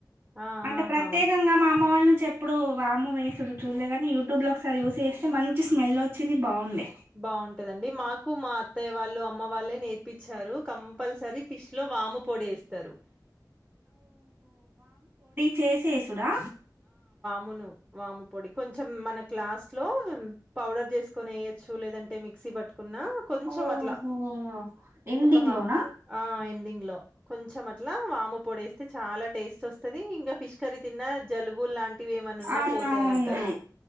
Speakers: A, on the right; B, on the right.
A: ఆ
B: అంటే
A: ఆహా
B: ప్రత్యేకంగా మా అమ్మ వాళ్ళ చెప్ ఇప్పుడు వాము వేసడు చూడలే కానీ యూట్యూబ్లో ఒకసారి యూస్ చేస్తే మంచి స్మెల్ వచ్చింది బాగుండే
A: బాగుంటదండి మాకు మా అత్తయ్య వాళ్ళు మా వల్లే నేర్పించారు కంపల్సర ఫిష్ లో వాము పొడి వేస్తారు
B: చేసేస్ కుడా
A: మును వాము పొడి కొంచం మనక్ లాస్ట్లో పౌడర్ చేసుకొన వేయచు లేదంటే మిక్సి కున్నా కొంచెం
B: ఓహో
A: అట్లా
B: ఎండింగ్
A: ఒక హ
B: లోనా
A: ఆ ఎండింగ్లో కొంచెం అట్ల వాము పొడి వేస్తే చాలా టేస్ట్ వస్తది ఇంకా ఫిష్ కర్రీ తిన్నా జలుబు లాం టివి ఏమైనా ఉన్న
B: అవునవును
A: పోతాయ్ అంటార్